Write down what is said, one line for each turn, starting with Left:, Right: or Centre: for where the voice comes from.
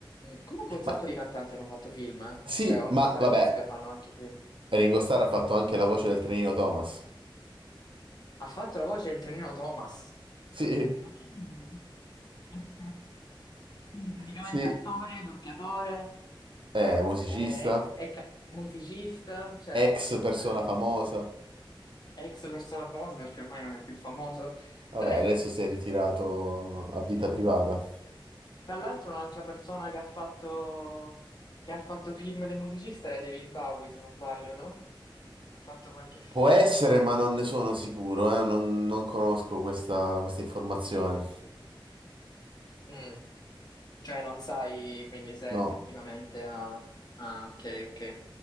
Left: comunque un sacco
Right: Ma
Left: di cantanti hanno fatto film, eh.
Right: sì,
Left: Cioè, oltre
Right: ma
Left: a fare
Right: vabbè,
Left: musica fanno anche film.
Right: Ringo Starr ha fatto anche la voce del trenino Thomas.
Left: Ha fatto la voce del trenino Thomas.
Right: Sì,
Left: Ma che dici? <laughs> Quindi praticamente
Right: sì,
Left: attore, doppiatore.
Right: è musicista.
Left: È, è ca- musicista, cioè,
Right: Ex persona
Left: eh, di-
Right: famosa.
Left: ex persona famosa perché ormai non è più famoso.
Right: Vabbè,
Left: <laughs>
Right: adesso si è ritirato a vita privata.
Left: Tra l'altro un'altra persona che ha fatto, che ha fatto film dei musicisti era David Bowie, se non sbaglio, no? Ha fatto qualche film.
Right: Può essere, ma non ne sono sicuro, eh, Non, non conosco questa, questa informazione.
Left: Mm. Cioè non sai quindi se
Right: No,
Left: effettivamente ha... Ah, ok, ok.